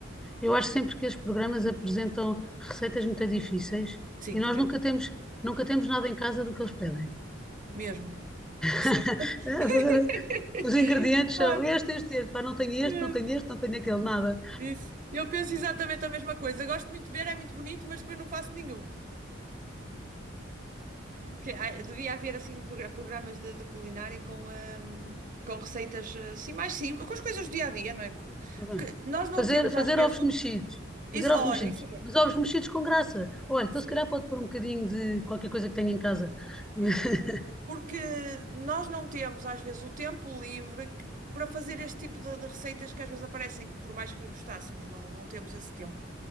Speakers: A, in the centre; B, on the right.
A: Eu acho sempre que esses programas apresentam receitas muito difíceis
B: Sim,
A: e
B: também
A: nós nunca
B: é verdade.
A: temos, nunca temos nada em casa do que eles pedem.
B: Mesmo.
A: <laughs>
B: Isso é verdade.
A: A fazer-
B: <laughs>
A: Os ingredientes são
B: Olha,
A: este, este, este. Pá, não tenho
B: mesmo.
A: este, não tenho este, não tenho aquele, nada.
B: Isso. Eu penso exatamente a mesma coisa. Gosto muito de ver, é muito bonito, mas depois não faço nenhum. Porque ah, devia haver assim um progra- programas de, de culinária com, ahm, com receitas eh, assim mais simples, com as coisas do dia a dia, não é?
A: Tá bem.
B: Porque nós
A: Fazer,
B: não temos
A: fazer
B: às vezes.
A: ovos
B: o-
A: mexidos.
B: Is-
A: Fazer
B: Olha,
A: ovos mexidos.
B: isso é que é.
A: Mas ovos mexidos com graça. Olha, então
B: Sim,
A: se calhar pode pôr um bocadinho de qualquer coisa que tenha em casa. <laughs>
B: exato. Porque nós não temos às vezes o tempo livre que- para fazer este tipo de, de receitas que às vezes aparecem, por mais que gostássemos, não, não temos esse tempo.